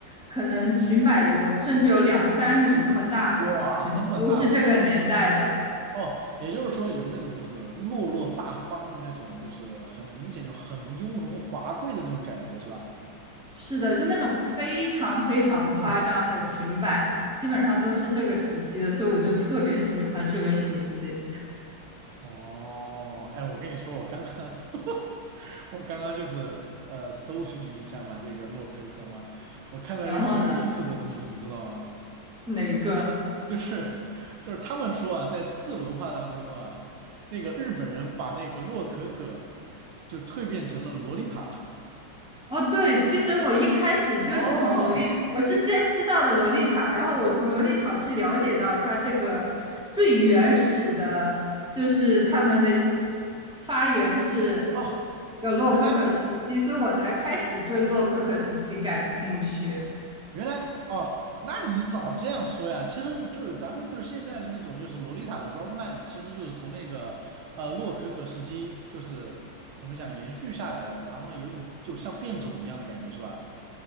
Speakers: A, in the centre; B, on the right.
A: 可能裙摆有甚至有两三米那么大的裙子都是这个年代的。
B: 哇，这么大吗？哦，也就是说有那种就是落落大方的那种，就是很明显就很雍容华贵的那种感觉，是吧？
A: 是的，就那种非常非常夸张的裙摆，
B: 嗯，
A: 基本上都是这个时期的，所以我就特别喜欢这个时期。
B: 哦，哎，我跟你说，我刚刚 <laughs> 我刚刚就是呃搜寻了一下嘛，这个洛可可嘛，我看到一个很有意思的东西，
A: 然后呢，
B: 你知道吗？
A: 哪个？
B: 就是就是他们说啊，在次文化当中啊，那个日本人把那个洛可可就蜕变成了洛丽塔。<laughs>
A: 哦，对，其实我一开始就是从洛丽，
B: 哦
A: 我是先知道的洛丽塔，然后我从洛丽塔去了解到它这个最原始的，就是他们的发源是
B: 哦，
A: 那个洛可可时期，
B: 原来
A: 所以我才开始对洛可可时期感兴趣。
B: 原来哦，那你早这样说呀，其实就是咱们就是现在的那种就是洛丽塔的装扮，其实就是从那个呃洛可可时期就是怎么讲延续下来的，然后呢有一种就像变种一样的感觉是吧？